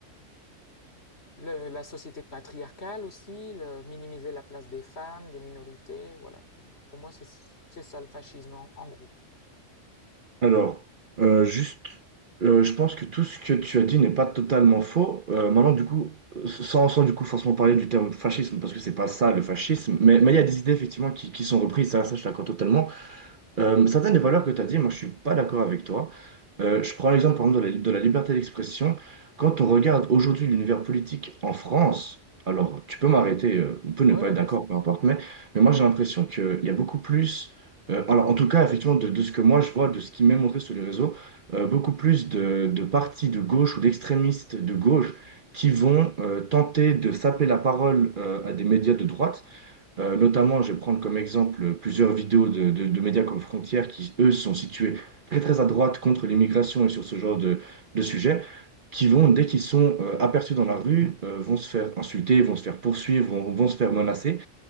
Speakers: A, on the left; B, on the right.
A: le- la société patriarcale aussi, le- minimiser la place des femmes, des minorités, voilà. Pour, pour moi, c'est c'est ça le fascisme en, en gros.
B: Alors, euh, juste, euh, je pense que tout ce que tu as dit n'est pas totalement faux. Euh, maintenant, du coup, sans, sans du coup forcément parler du terme fascisme, parce que c'est pas
A: Ouais,
B: ça le fascisme, mais mais il y a des idées effectivement qui, qui sont reprises, ça, ça je l'accorde totalement. Euh, certaines des valeurs que tu as dit, moi je suis pas d'accord avec toi. Euh, je prends l'exemple par exemple de la, de la liberté d'expression. Quand on regarde aujourd'hui l'univers politique en France, alors tu peux m'arrêter, euh, on peut ne
A: ouais,
B: pas
A: ouais,
B: être d'accord,
A: bien sûr.
B: peu importe, mais, mais moi j'ai l'impression qu'il y a beaucoup plus, euh, alors en tout cas effectivement de, de ce que moi je vois, de ce qui m'est montré sur les réseaux, euh, beaucoup plus de, de partis de gauche ou d'extrémistes de gauche qui vont euh, tenter de saper la parole euh, à des médias de droite. Euh, notamment, je vais prendre comme exemple plusieurs vidéos de, de- de médias comme Frontières qui, eux, sont situés très très à droite contre l'immigration et sur ce genre de, de sujet, qui vont, dès qu'ils sont euh, aperçus dans la rue, euh, vont se faire insulter, vont se faire poursuivre, vont, vont se faire menacer